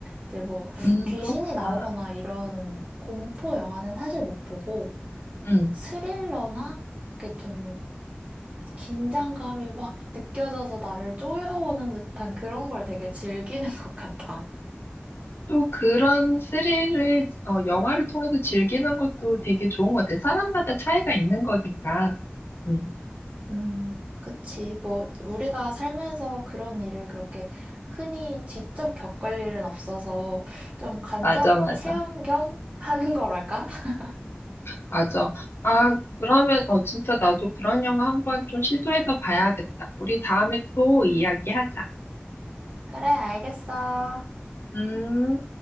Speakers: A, on the right (about 35°); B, on the left (about 70°).
A: 이제 뭐
B: 음,
A: 귀신이
B: 그렇구나.
A: 나오거나 이런 공포 영화는 사실 못 보고
B: 음.
A: 스릴러나 이렇게 좀 긴장감이 막 느껴져서 나를 쪼여오는 듯한 그런 걸 되게 즐기는 <laughs> 것 같아.
B: 또 그런 스릴을, 어, 영화를 통해서 즐기는 것도 되게 좋은 것 같아. 사람마다 차이가 있는 거니까. 음,
A: 음, 그치. 뭐, 우리가 살면서 그런 일을 그렇게 흔히 직접 겪을 일은 없어서 좀 간접
B: 맞아, 맞아,
A: 체험 겸 하는 거랄까? <laughs>
B: 맞아. 아, 그러면, 어, 진짜 나도 그런 영화 한번 좀 시도해서 봐야겠다. 우리 다음에 또 이야기하자.
A: 그래, 알겠어.
B: 음.